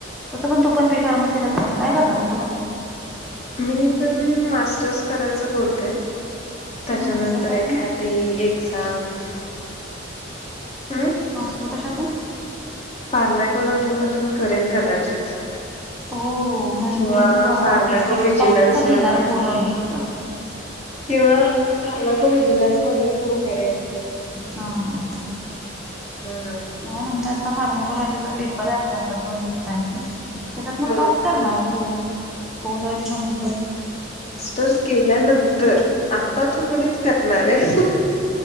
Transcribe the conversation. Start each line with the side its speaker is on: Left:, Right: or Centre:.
Centre: तसं पण तू पण पी फार्मसीच आहे ना काय करणार आहे पुढं.
Left: मी पण मास्टर्स करायच बोलते त्याच्यानंतर
Centre: हम्म कशातून
Left: एखाद. ती एक्झाम. हम्म.
Centre: मास्टर्स कशातून.
Left: फार्माकोलॉजीमधून करेन कदाचित.
Centre: हो म्हणजे
Left: किंवा
Centre: तू आता
Left: फार्मॅको
Centre: पेपर
Left: व्हिजिलन्स
Centre: टप्प लिणार
Left: मध्ये
Centre: कॉलॉजीचा.
Left: किंवा कारला को उजल्यास मज कोण करेल.
Centre: हा हा
Left: हम्.
Centre: नाही म्हणलं आता फार्मकॉलॉजीचा पेपर आहे आपला आता दोन दिवसानी. त्याच्यात मग
Left: हो
Centre: टॉप करणार त कोलॉजी मधून ज.
Left: तोस केल्यानंतर आता थोडीच करणार आहे.